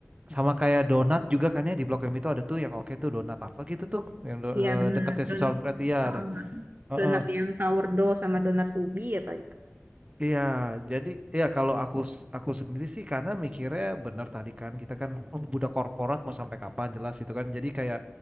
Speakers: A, on the right (about 25°); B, on the right (about 45°).
A: sama kayak donat juga kan ya di Blok M itu ada tuh yang oke tuh donat apa gitu tuh yang do-
B: Iya
A: eh,
B: benar,
A: dekatnya
B: donat,
A: si Solbret iya
B: uh,
A: ada. Heeh.
B: donat yang sourdough sama donat ubi apa gitu.
A: Iya, jadi ya kalau aku s- aku sendiri sih karena mikirnya benar tadi kan kita kan oh, budak korporat mau sampai kapan jelas itu kan. Jadi kayak